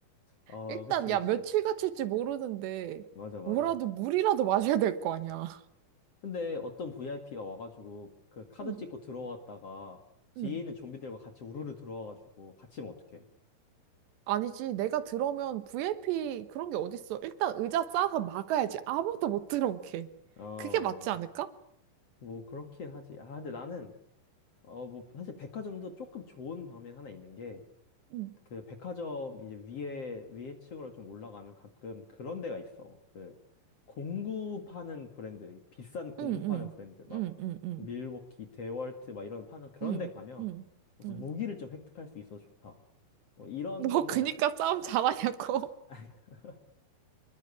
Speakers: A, on the left; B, on the right.
A: 아,
B: 일단,
A: 그치,
B: 야,
A: 그치.
B: 며칠 갇힐지 모르는데,
A: 맞아, 맞아.
B: 뭐라도 물이라도 마셔야 될 거 아니야. <laughs>
A: 근데 어떤 VIP가 와가지고, 그 카드
B: 응,
A: 찍고 들어왔다가, 뒤에
B: 응.
A: 있는 좀비들과 같이 우르르 들어와가지고, 같이면 어떡해.
B: 아니지, 내가 들어오면 VIP 그런 게 어딨어. 일단 의자 싸서 막아야지. 아무도 못 들어오게.
A: 어,
B: 그게 맞지 않을까?
A: 뭐, 그렇긴 하지. 아, 근데 나는, 어, 뭐, 사실 백화점도 조금 좋은 방면 하나 있는 게,
B: 응.
A: 그 백화점 이제 위에 위에 층으로 좀 올라가면 가끔 그런 데가 있어. 그 공구 파는 브랜드, 비싼 공구
B: 응, 응,
A: 파는 브랜드 막
B: 응, 응, 응,
A: 밀워키, 데월트 막 이런 파는 그런
B: 응,
A: 데 가면
B: 응,
A: 무슨
B: 응.
A: 무기를 좀 획득할 수 있어서 좋다. 뭐 이런
B: 너
A: 거는
B: 그니까 싸움 잘하냐고.
A: <laughs>